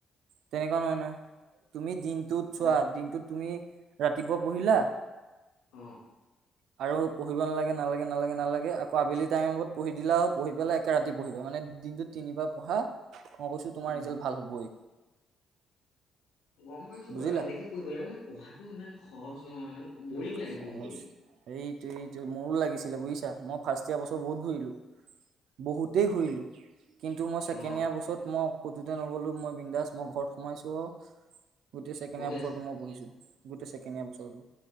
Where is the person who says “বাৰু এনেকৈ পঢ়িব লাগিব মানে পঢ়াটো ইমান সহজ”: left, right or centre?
Left